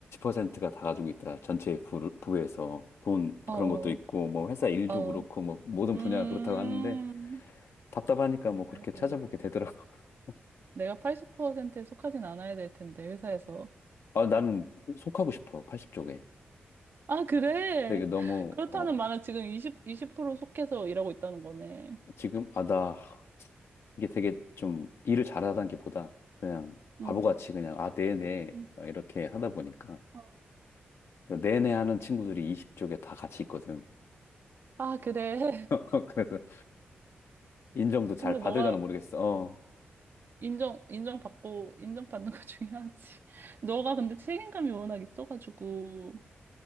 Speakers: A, on the left (about 70°); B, on the right (about 50°).
A: 센트가 다 가지고 있다. 전체 부, 부에서 돈
B: 어,
A: 그런
B: 어,
A: 것도 있고, 뭐 회사 일도
B: 어.
A: 그렇고, 뭐 모든
B: 음.
A: 분야가 그렇다고 하는데, 답답하니까 뭐 그렇게
B: 그래어
A: 찾아보게 되더라고. <laughs>
B: 내가 80%에 속하진 않아야 될 텐데, 회사에서.
A: 아, 나는 속하고 싶어. 80쪽에.
B: 아, 그래?
A: 되게 너무
B: 그렇다는
A: 어,
B: 말은 지금 20, 20% 속해서 일하고 있다는 거네.
A: 지금, 아, 나, 이게 되게 좀 일을 잘하다는 게 보다 그냥
B: 응.
A: 바보같이 그냥, 아, 네네,
B: 응.
A: 막 이렇게 하다 보니까.
B: 어.
A: 네네 하는 친구들이 20쪽에 다 같이 있거든.
B: 아, 그래. <laughs>
A: <laughs> 그래서 인정도 잘
B: 근데
A: 받으려나
B: 너가
A: 모르겠어. 어.
B: 인정, 인정받고, 인정받는 거 중요하지. <laughs> 너가 근데 책임감이 워낙 있어가지고,